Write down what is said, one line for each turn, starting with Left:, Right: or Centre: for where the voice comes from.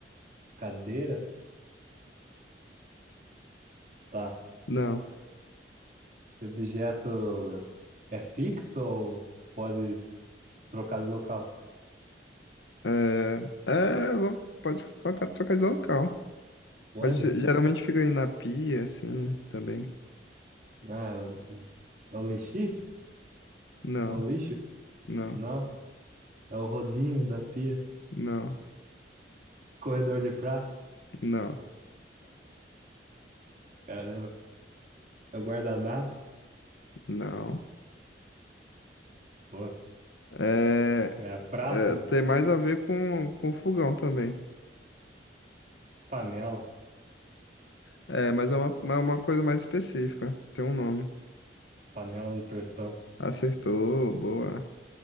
Right: cadeira. Tá.
Left: não.
Right: Esse objeto é fixo ou pode trocar de local?
Left: É, é, lo- pode colocar, trocar de local.
Right: Pode?
Left: Pode, ser- geralmente fica aí na pia, assim, também.
Right: Ah, é o é o lixi?
Left: Não,
Right: É o lixo?
Left: não,
Right: Não. É o rodinho da pia.
Left: não.
Right: Corredor de prato.
Left: Não,
Right: Caramba. É o guardanapo.
Left: não.
Right: Boa.
Left: É,
Right: É prato.
Left: é, tem mais a ver com, com fogão também.
Right: Panela.
Left: É, mas é uma, é uma coisa mais específica. Tem um nome.
Right: Panela de pressão.
Left: Acertou, boa.